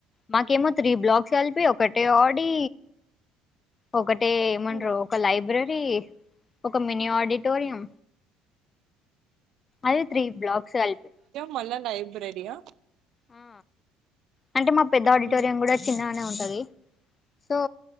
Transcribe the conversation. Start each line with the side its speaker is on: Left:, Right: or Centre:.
Left: మాకేమో త్రీ బ్లాక్స్ కలిపి ఒకటే ఆడి ఒక అంటే ఏమంట్రూ
Right: ఉమ్.
Left: ఒక లైబ్రరీ ఒక మినీ ఆడిటోరియం అదే త్రీ బ్లాక్స్ కల్పి
Right: మళ్ళ లైబ్రరియా
Left: ఆ అంటే మా పెద్ద ఆడిటోరియం
Right: హ్మ్
Left: కూడా చిన్నగానే ఉంటుంది. స సో